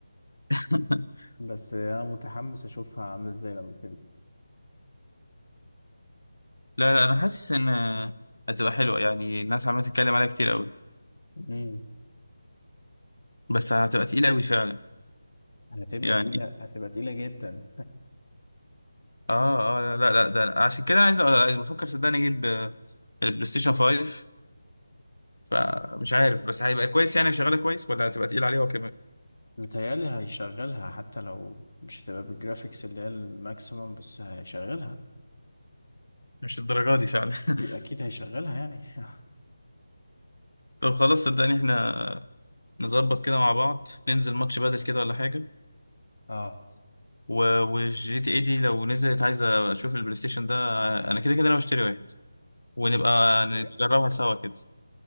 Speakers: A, on the left; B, on the left.
A: <laughs>
B: بس أنا متحمس أشوفها عاملة إزاي لما
A: لا لا انا حاسس ان هتبقى حلوه يعني الناس عماله تتكلم عليها كتير قوي
B: تنزل
A: بس هتبقى تقيله قوي فعلا
B: هتبقى
A: يعني
B: تقيلة هتبقى تقيلة جدا
A: اه اه لا لا لا ده عشان كده عايز عايز بفكر صدقني اجيب آه، البلاي ستيشن 5 فمش عارف بس هيبقى كويس يعني شغاله كويس ولا هتبقى تقيل عليه هو كمان
B: متهيألي هيشغلها حتى لو مش هتبقى بالجرافيكس اللي هي الماكسيموم بس هيشغلها
A: مش الدرجه دي فعلا
B: أكيد
A: <laughs>
B: هيشغلها يعني <laughs>
A: طب خلاص صدقني احنا نظبط كده مع بعض ننزل ماتش بدل كده ولا حاجه
B: اه
A: و... والجي تي اي دي لو نزلت عايزه اشوف البلاي ستيشن ده انا كده كده انا بشتري واحد ونبقى
B: ناوي تشتري
A: نجربها سوا كده